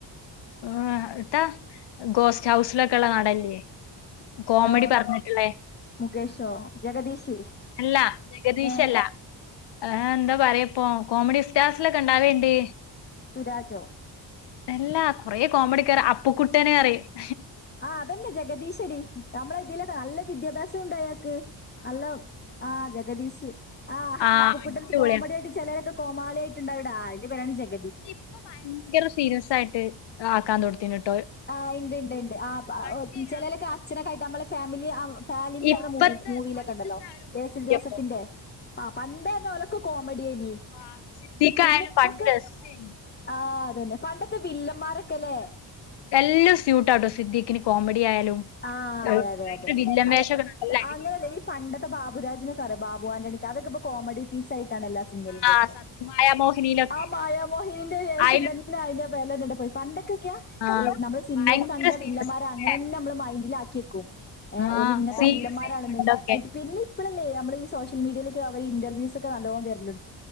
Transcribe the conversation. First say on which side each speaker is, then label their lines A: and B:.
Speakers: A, on the left (about 65°); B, on the left (about 25°).
A: ആ ഇട്ടാ ഗോസ്റ്റ് ഹൗസിലൊക്കെ ഉള്ള നടനില്ലേ കോമഡി
B: ഓ
A: പറഞ്ഞിട്ടുള്ളേ
B: മുകേഷോ ജഗദീഷ്
A: അല്ല ജഗദീഷ്
B: ഏ
A: അല്ല ആ എന്താ പറയ് ഇപ്പൊ കോമഡി സ്റ്റാർസിലൊക്കെ ഉണ്ടാവേണ്ടേ
B: സുരാജോ
A: എല്ലാ കൊറെ കോമഡിക്കാര് അപ്പക്കുട്ടേനെ അറി -
B: ആഹ് അതന്നെ ജഗദീശടീ. നമ്മള് ഇതീലൊക്കേ നല്ല വിദ്യാഭ്യാസം ഉണ്ടയാക്ക ക്ക് നല്ല ആ ജഗദീഷ് ആ
A: ആഹ്
B: അപ്പക്കുട്ടൻ
A: അടിപൊളിയാ
B: കോമഡി ആയിട്ട് ചെലരൊക്കെ കോമാളി ആയിട്ടുണ്ടവിടാ ആ അയിന്റെ പേരാണ് ജഗ
A: പക്ഷേ ഇപ്പ ഭയങ്കര സീരിയസ് ആയിട്ട് ആക്കാൻ തുടങ്ങ. <unintelligible>
B: ആഹ് ഇണ്ട് ഇണ്ട് ഇണ്ട് ആ പ്പ
A: പണ്ടേനി
B: ചെലോലൊക്കെ
A: ആ കോമഡിയൊക്കെ
B: അച്ഛനൊക്കെ ആയിട്ട് നമ്മളെ ഫാമിലി ആ ഫാലിമിർഞ്ഞ
A: ഇപ്പത്തെ
B: മൂബി മൂവിയിലൊക്കെണ്ടല്ലോ
A: പണ്ടത്തെ ആ ഒരു
B: ബേസിൽ
A: ഇതില്ലപ്പൊ
B: ജോസഫിന്റെ ആ പണ്ട്അർഞ്ഞാ ഓലൊക്കെ കോമഡിയേയ്നീ
A: ആഹ് സിദ്ദിഖായാലും
B: പിന്നെ ഇപ്പൊ
A: പണ്ട്
B: ഒക്കെ
A: രസേനി
B: ആഹ്. പണ്ടത്തെ വില്ലന്മാരൊക്കെല്ലേ.
A: എല്ലം സ്യൂട്ടാട്ടോ സിദ്ദീഖിന് കോമഡി ആയാലും
B: ആഹ് അതെ
A: ഏ,
B: അതെ
A: ഭയങ്കര
B: അതെ
A: വില്ലൻ
B: അല്ലപ്പ
A: വേഷൊക്കെ നല്ല അടിപൊളിയാ
B: അങ്ങനെയല്ല ഈ പണ്ടത്തെ ഭാ ബുരാജിനെ ബാബു ആന്റണി അതൊക്ക ഇപ്പോ കോമഡി പീസ് ആയിട്ട് ട്ടാണ് എല്ലാ സിനിമയിലും
A: ആഹ്
B: വര്ന്നേ
A: സത്യമായ മോഹിനിയിലൊക്കെ
B: ആ മായാമോഹിനിന്റെ ശേഷം
A: അയിലൊക്കെ
B: തന്നെ അയ്നെ വെലടടെ പോയി പണ്ടൊക്കെ ക്ക്യ
A: ആഹ്
B: സി നമ്മള് സിൻമയിൽ
A: ഭയങ്കര
B: കണ്ട
A: സീരിയസ്
B: വില്ലമാരെ
A: ല്ലേ
B: അങ്ങനെന്നെ നമ്മള് മൈൻഡില് ആക്കിയക്കും. ഏ
A: ആഹ്
B: ഓ ഇങ്ങനത്തെ
A: സീരിയസേനി
B: വില്ലന്മാരാണെന്ന്
A: പണ്ടൊക്കെ
B: ഇന്നിട്ട് പിന്നെ ഇപ്പോളല്ലേ നമ്മള് ഈ സോഷ്യൽ മീഡിയയിലേക്കെ അവര് ഇന്റർവ്യൂസ്ക്കെ നിക്ക് നല്ലോണ് വരലെട്ത്ത്